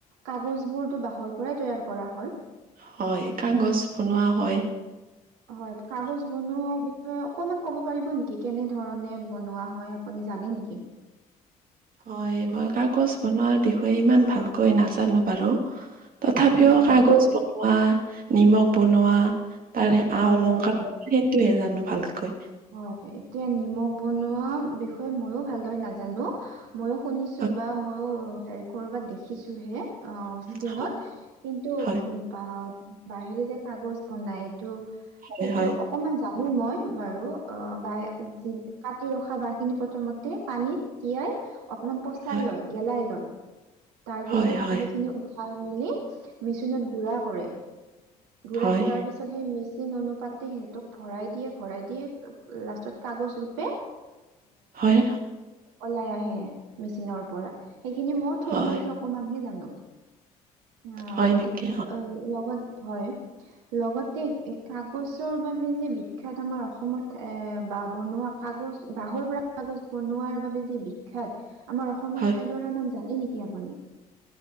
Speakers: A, on the right (about 70°); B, on the right (about 50°).
A: কাগজ বোৰতো বাঁহৰ পৰাই তৈয়াৰ কৰা হয়।
B: হয় কাগজ বনোৱা হয়।
A: হয় কাগজ বনোৱাৰ হয় অকনমান ক'ব পাৰিব নেকি কেনেধৰণে বনোৱা হয় আপুনি জানে নেকি
B: হয়, মই কাগজ বনোৱাৰ বিষয়ে ইমান ভালকৈ নাজানো বাৰু। তথাপিও
A: উম
B: কাগজ বনোৱা নিমখ বনোৱা তাৰে
A: হয়
B: আ অলংকাৰ
A: হয় হয়
B: সেইটোহে জানো ভালকৈ
A: হয়, এতিয়া নিমখ বনোৱা বিষয়ে ময়ো ভালদৰে নাজানো ময়ো শুনিছো
B: হয়
A: বা মইোে ক'ৰবাত দেখিছো হে। অ' স্কিনত
B: হয়
A: কিন্তু
B: হয়।
A: বা বাহিৰে যে কাগজ বনাই ত
B: হয়
A: সেইটো অকমান জানো মই বাৰু অ ব যি কাটি ৰখা বাঁহ খিনি প্ৰথমতে পানীত তিয়াই অকমান পচাই
B: হয়
A: লয় গেলাই লয় তাৰ পিছত
B: হয় হয় হয়
A: সেইখিনি উঠাই মেলি মেচিনত গুৰা কৰে
B: হয়
A: গুৰা কৰাৰ পিছত সেই মি যি ন অনুপাতে সিহঁতক ভৰাই দিয়ে ভৰাই দিয়ে লাষ্টত কাগজ ৰোপে
B: হয়
A: ওলাই আহে, মেচিনৰ পৰা সেইখিনি মই থুল
B: হয়
A: মূলকে অকমানহে জানো অ'
B: হয় নেকি
A: লগত হয়, লগতে কাগজৰ বাবে যে বিখ্যাত আমাৰ অসম অসমত এ বা বনোৱা কাগজ বহৰ পৰা কাগজ বনোৱাৰ বাবে যে বিখ্যাত আমাৰ অসমৰ
B: হয়
A: ঠাইডৰাৰ নাম জানে নেকি আপুনি?